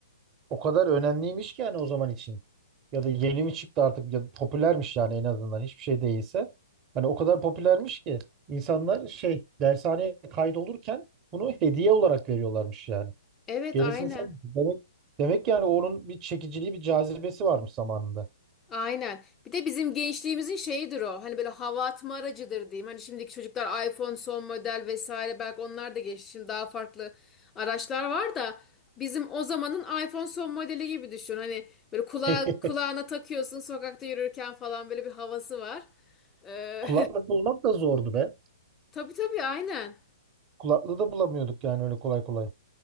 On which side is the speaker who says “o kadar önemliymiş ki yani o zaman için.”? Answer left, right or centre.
Right